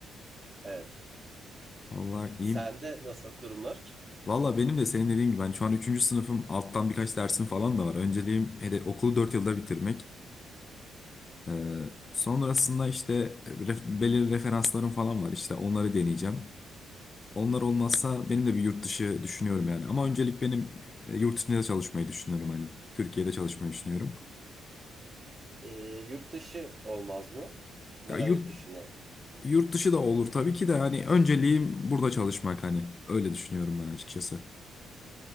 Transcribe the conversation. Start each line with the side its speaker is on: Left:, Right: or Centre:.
Right: Evet.
Left: Vallahi
Right: Sende
Left: iyi mi?
Right: nasıl durumlar?
Left: Valla benim de senin dediğin gibi ben şu an üçüncü sınıfım alttan birkaç dersim falan da var. Önceliğim hedef okulu 4 yılda bitirmek. Ee, sonrasında işte e, ref- belirli referanslarım falan var işte onları deneyeceğim. Onlar olmazsa benim de bir yurt dışı düşünüyorum yani. Ama öncelik benim e, yurt dışında çalışmayı düşünüyorum hani. Türkiye'de çalışmayı düşünüyorum.
Right: Ee, yurt dışı olmaz mı? Neden
Left: Ya yurt,
Right: yurt dışına?
Left: yurt dışı da olur tabii ki de hani önceliğim burada çalışmak hani. Öyle düşünüyorum ben açıkçası.